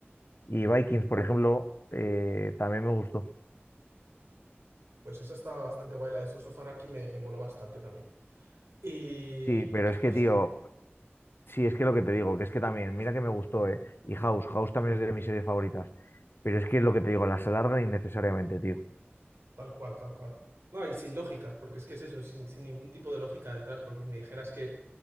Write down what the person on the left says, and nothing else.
Y Vikings, por ejemplo, eh, también me gustó.
Sí,
pero es que, tío,
sí, es que lo que te digo, que es que también, mira que me gustó, ¿eh? Y House, House también es de mis series favoritas, pero es que es lo que te digo, las alargan innecesariamente, tío.